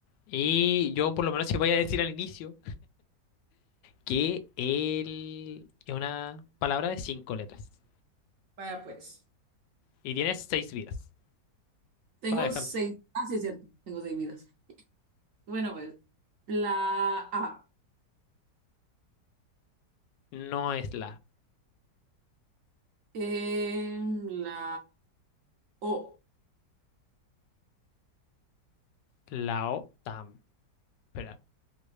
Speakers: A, on the left; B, on the right.
A: Y yo por lo menos si voy a decir al inicio que él es una palabra de cinco letras
B: Vaya pues.
A: y tiene seis vidas.
B: Tengo
A: Va a dejarlo.
B: seis, ah, sí, es cierto, tengo seis vidas. Bueno, pues, la A,
A: No es la,
B: em, la O,
A: la O tam. Espera.